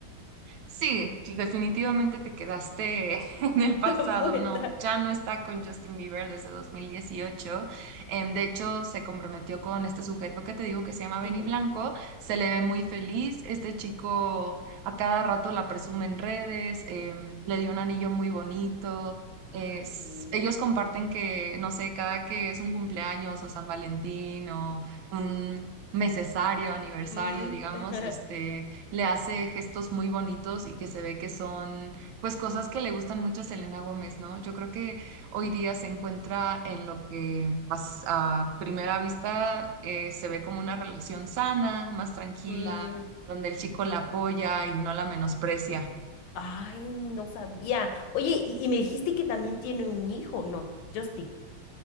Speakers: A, on the right; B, on the left.
A: Sí, definitivamente te quedaste <laughs> en el
B: <laughs>
A: pasado,
B: muy atrás.
A: no,
B: <gasps>
A: ya no está con Justin Bieber desde
B: Ah.
A: 2018. Em, de hecho, se comprometió con este sujeto que te digo que se llama Benny
B: ¿Sí?
A: Blanco, se le ve muy feliz, este chico a cada rato la presume en redes, em, le dio un anillo muy bonito.
B: Ay,
A: es-
B: qué lindo.
A: ellos comparten que, no sé, cada que es un cumpleaños o San Valentín o un... mesesario, aniversario,
B: Mm,
A: digamos,
B: <laughs>
A: este, le hace gestos muy bonitos y que se ve que son pues cosas que le gustan mucho a Selena Gómez, ¿no? Yo creo que hoy día se encuentra en lo que as- a, primera vista eh, se ve como una relación sana, más tranquila,
B: mm,
A: donde el chico la apoya y no la menosprecia.
B: Ay, no sabía. Oye, y, y me dijiste que también tiene un hijo, ¿no? Justin.